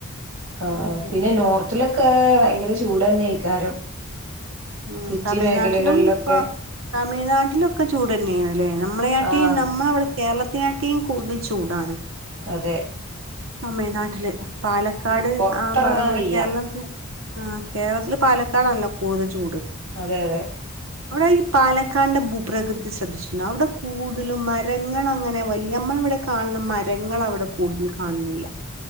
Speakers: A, on the right; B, on the right.
A: ആഹ്
B: അതെ
A: പിന്നെ നോർത്തിലൊക്കെ ഭയങ്കര ചൂടന്നെ ഇക്കാരം
B: ഉം
A: സിറ്റി
B: തമിഴ്നാട്ടിലും
A: മേഖലകളിലൊക്കെ
B: ഇപ്പൊ തമിഴ്നാട്ടിലൊക്കെ ചൂട് തന്നെയാണ്ല്ലേ നമ്മളെ കാട്ടി
A: ആഹ്
B: നമ്മളവിടെ കേരളത്തിനെ കാട്ടീം കൂടുതൽ ചൂടാണ്
A: അതെ
B: തമിഴ്നാട്ടില് പാലക്കാട്
A: ഉം പൊറത്തിറങ്ങാൻ
B: ആ ഭാഗ നമ്മടെ
A: വയ്യ
B: കേരളംക് ആഹ് കേരളത്തില് പാലക്കാടണല്ലോ കൂടുതൽ ചൂട്
A: അതെ അതെ
B: അവിടെ ഈ പാലക്കാന്റെ ഭൂപ്രകൃതി ശ്രദ്ധിച്ചിട്ടുണ്ടോ അവിടെ കൂടുതലും മരങ്ങളങ്ങനെ വല്യമ്മ ഇവിടെ കാണുന്ന മരങ്ങളവിടെ കൂടുതൽ കാണുന്നില്ല